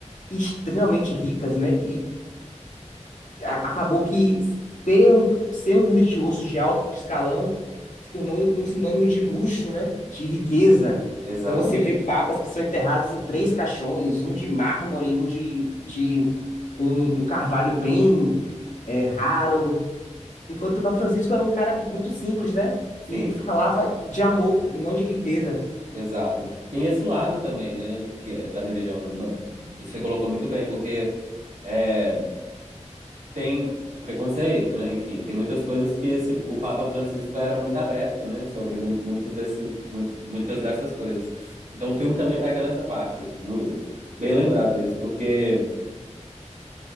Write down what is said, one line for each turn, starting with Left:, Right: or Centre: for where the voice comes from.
Left: extremamente ricas, né? a- acabou que ser um, ser um religioso de alto escalão se tornou um, um sinônimo de luxo, né? De riqueza.
Right: Exatamente.
Left: Então você vê papas que são enterrados em três caixões, um de mármore, um de, de com um carvalho bem é, raro, enquanto o Papa Francisco era um cara muito simples, né?
Right: Sim,
Left: Que falava de amor e não de riqueza.
Right: exato. Tem esse lado também, né? Que é da religião. Não, você colocou muito bem, porque é, tem preconceito, né? Enfim, tem muitas coisas que esse, o Papa Francisco era muito aberto, né? Sobre mu- muitos desse, mu- muitas dessas coisas. Então o filme também pega nessa parte. No- bem lembrado isso, porque